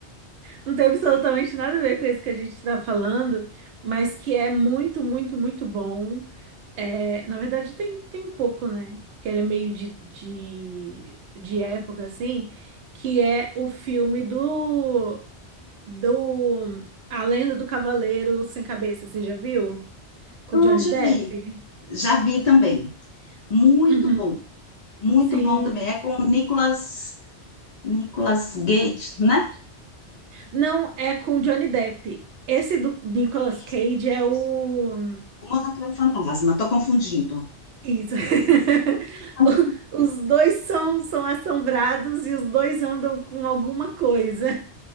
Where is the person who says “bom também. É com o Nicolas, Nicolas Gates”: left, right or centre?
Left